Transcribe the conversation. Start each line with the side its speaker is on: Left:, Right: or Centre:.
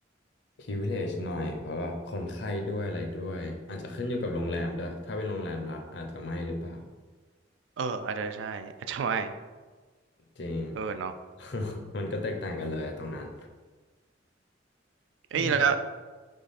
Left: privilege หน่อยเพราะแบบคนไข้ด้วยอะไรด้วยอาจจะขึ้นอยู่กับโรงแรมด้วยถ้าเป็นโรงแรมรัฐอาจจะไม่หรือเปล่า
Right: เอออาจจะใช่อาจจะไม่
Left: จริง
Right: เออเนาะ
Left: <laughs> มันก็แตกต่างกันเลยอะตรงนั้น
Right: เอ้ยแล้ว
Left: ดอก